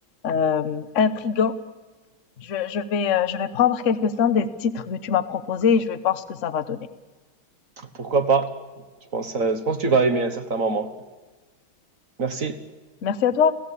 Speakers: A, on the left; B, on the right.
A: euh, intriguant. Je, je vais, euh, je vais prendre quelques-uns des titres que tu m'as proposés et je vais voir ce que ça va donner.
B: Pourquoi pas? Je pense, euh, je pense que tu vas aimer à certains moments. Merci.
A: Merci à toi.